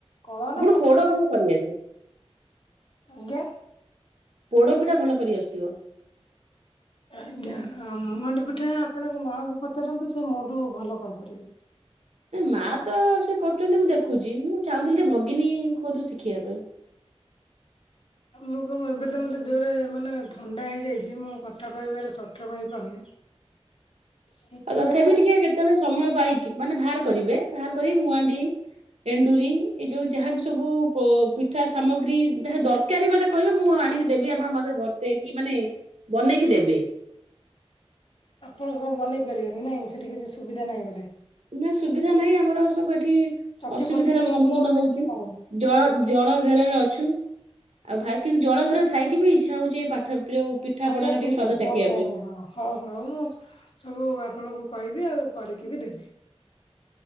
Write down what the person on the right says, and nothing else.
ଆପଣ
ପୋଡ
ଭଲ କରିଆସେ
ପୋଡ ପିଠା ଭଲ କରି ଆସୁଥିବ।
ମା ତ ସେ କରୁଛନ୍ତି ମୁଁ ଦେଖୁଛି ମୁଁ ଚାହୁଁଥିଲି ଯେ ଭଗିନୀ କୋଉଥିରୁ ଶିଖିବା ପାଇଁ।
<inaudible>
ଆଉ ତଥାପି ଟିକେ କେତେବେଳେ ସମୟ ପାଇକି ମାନେ ବାହାର କରିବେ ବାହାର କରିିକି ମୁଁ ଆଣ୍ଡି ଏଣ୍ଡୁରି ଏ ଯୋଉ ଯାହାବ ସବୁ ପ ପିଠା ସାମଗ୍ରୀ ଯାହା ଦ କାରି ମତେ କହିବେ ମୁଁ ଆଣିକି ଦେବି ଆପଣ ମତେ ବତେଇକି ମାନେ ବନେଇକି ଦେବେ।
ନା ସୁବିଧା ନାହିଁ ଆମର ସବୁ ଏଠି
ଅସୁବିଧାର
ଆମେ ସମ୍ମୁଖୀନ
ହଉଚୁ।
ଜଳ ଜଳ ଘେରାରେ ଅଛୁ। ଆଉ <unintelligible> ଜଳ ଘରେ ଥାଇକି ବି ଇଚ୍ଛା ହଉଚି ପାଠ ଯୋଉ ପିଠା
ପଣାର
ଟିକେ ସ୍ୱାଦ
ଚାଖିବା
ପାଇଁ